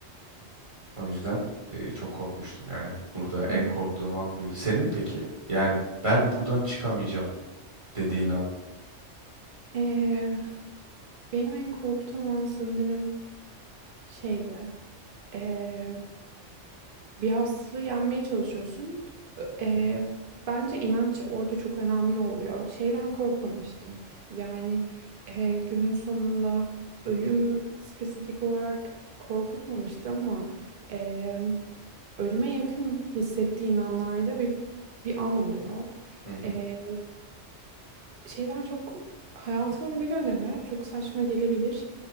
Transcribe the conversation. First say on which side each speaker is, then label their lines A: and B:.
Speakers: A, on the right; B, on the right.
A: O yüzden e, çok korkmuştum yani. Burada
B: Evet.
A: en korktuğum an buydu. Senin peki? Yani ben buradan çıkamayacağım dediğin an.
B: Ee, benim en korktuğum an sanırım şeydi. Ee, bir hastalığı yenmeye çalışıyorsun. Ö- e,
A: Hı hı,
B: bence inanç orada çok önemli oluyor. Şeyden korkmamıştım. Yani e, günün sonunda ölüm spesifik olarak korkutmamıştı ama e, ölüme yakın hissettiğin anlarda bir bir an oluyor.
A: hı hı,
B: E, şeyden çok hayatımın bir dönemi çok saçma gelebilir.